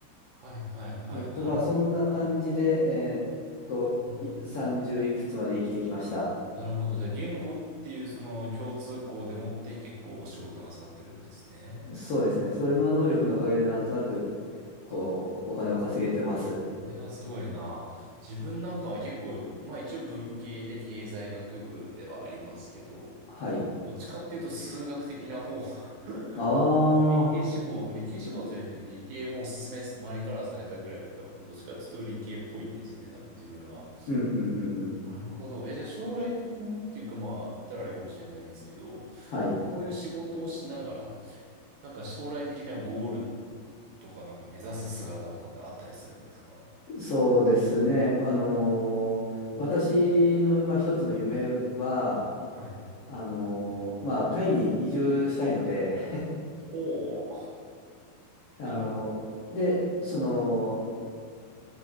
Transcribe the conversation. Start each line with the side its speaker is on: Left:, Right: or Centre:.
Right: はいはいはい。
Left: えっと、
Right: なるほ
Left: まあ、そんな感じで、えーっと、
Right: ど。
Left: い30いくつまで生きてきました。
Right: なるほど。じゃあ、言語っていうその共通項でもって結構お仕事なさってるんですね。
Left: そうですね。それの能力のおかげで、なんとなく、
Right: あ
Left: こう、お金を稼げてます。
Right: これはすごいな。自分なんかは結構、まあ一応文系で経済学部ではありますけど、
Left: はい。
Right: どっちかっていうと数学的な方。<laughs>
Left: ああ、
Right: 理系志望、理系志望じゃないけど、理系もおすすめ、周りからされたぐらいだったので、どっちかっていうと理系っぽいんですよね、多分自分は。
Left: うん、うん、うん、うん。
Right: なるほど。え、じゃあ将来的にっていうかまあ、言ったらあれかもしれないですけど、
Left: はい。
Right: そういう仕事をしながら、なんか将来的なゴールとかなんか目指す姿とかってあったりするんですか
Left: そうですね。あのー私の、まあ、一つの夢は、
Right: はいはい。
Left: あのーまあ、タイに移住したいので、
Right: おお。
Left: あのーで、
Right: なる
Left: その、